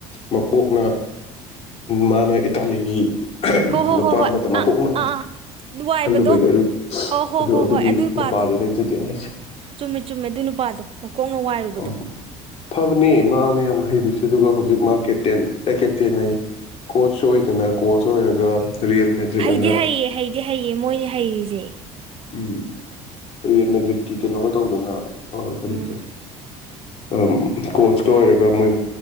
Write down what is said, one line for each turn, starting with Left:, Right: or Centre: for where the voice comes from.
Left: ꯃꯀꯣꯛꯅ ꯃꯥꯅ ꯏꯇꯥꯂꯤꯒꯤ
Right: ꯍꯣ ꯍꯣ
Left: ꯅꯨꯄꯥ
Right: ꯍꯣ ꯍꯣꯏ
Left: ꯑꯃꯗ ꯃꯀꯣꯛꯅ
Right: ꯑꯥ ꯑꯥ ꯑꯥ ꯋꯥꯏꯕꯗꯣ
Left: ꯍꯜꯂꯨꯕꯩꯗꯣ ꯑꯗꯨꯒꯤ
Right: ꯑꯣ ꯍꯣ
Left: ꯑꯗꯨ
Right: ꯍꯣ
Left: ꯑꯗꯨꯒꯤ
Right: ꯍꯣꯏ ꯑꯗꯨ ꯅꯨꯄꯥꯗꯣ
Left: ꯅꯨꯄꯥꯗꯨꯅꯦ ꯖꯤꯇꯦꯟ ꯍꯥꯏꯁꯦ
Right: ꯆꯨꯝꯃꯦ ꯆꯨꯝꯃꯦ ꯑꯗꯨ ꯅꯨꯄꯥꯗꯣ ꯃꯀꯣꯛꯅ ꯋꯥꯏꯔꯨ
Left: ꯎꯝ ꯐꯕꯅꯦ ꯃꯥꯅꯦ ꯌꯥꯝ ꯍꯩꯔꯤꯁꯦ ꯑꯗꯨꯒ ꯍꯧꯖꯤꯛ ꯃꯥ ꯀꯦꯇꯦꯟ ꯑꯦ ꯀꯦꯞꯇꯦꯟ ꯑꯌꯦ ꯀꯣꯆ ꯑꯣꯏꯗꯅ ꯀꯣꯆ ꯑꯣꯏꯔꯒ ꯔꯤꯌꯦꯜ ꯃꯦꯗ꯭ꯔꯤꯠ
Right: ꯍꯩꯗꯤ
Left: ꯑꯅ
Right: ꯍꯩꯌꯦ ꯍꯩꯗꯤ ꯍꯩꯌꯦ ꯃꯣꯏꯅꯦ ꯍꯩꯔꯤꯖꯦ
Left: ꯎꯝ ꯔꯤꯌꯦꯜ ꯃꯦꯗ꯭ꯔꯤꯛꯀꯤ ꯀꯩꯅꯣ ꯀ ꯇꯧꯗꯅ ꯑ ꯀꯔꯤꯒꯦ
Right: ꯎꯝ
Left: ꯗꯨꯝ ꯀꯣꯆꯀ ꯑꯣꯏꯔꯒ ꯃꯣꯏ